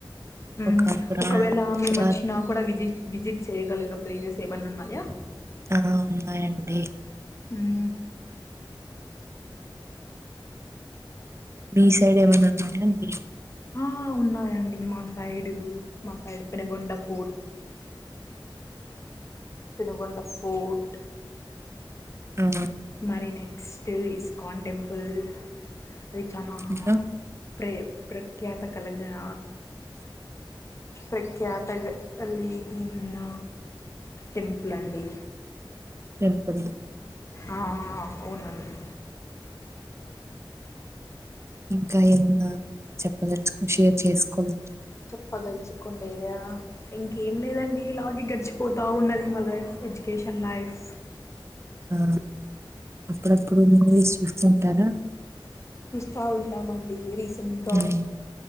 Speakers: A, on the left; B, on the right.
A: మ్
B: ఒక పురా
A: ఒకవేళ మేము
B: పురా
A: వచ్చినా కూడా విజిట్ విజిట్ చేయగలగా ప్లీజెస్ ఏబన్న ఉన్నాయా
B: ఆ ఉన్నాయండి
A: మ్
B: మీ సైడ్ ఏమన్న ఉన్నాయా అండి
A: ఆ ఉన్నాయండి మా సైడు మా side Penagonda fort Penugonda fort
B: ఆ
A: మారి నే క్స్ట్ ఈస్కాన్ టెంపుల్ అది చానా
B: ఇంకా
A: ప్రేయో ప్రఖ్యాత కలగణ ప్రఖ్యాత అలిగిన్న టెంపుల్ అండి
B: టెంపులు
A: ఆ అవునండి
B: ఇంకా ఏమన్నా చెప్పదలుచుకుని షేర్ చేసుకోల
A: చెప్పదలుచుకుండేదయా ఇంకేం లేదండి ఇలాగే గడిచి పోతా ఉన్నది మా లైఫ్ ఎడ్యుకేషన్ లైఫ్
B: ఆ అప్పుడప్పుడు మ చూస్తుంటారా
A: కా ఉంటామండి రీ సింఘ
B: ఉమ్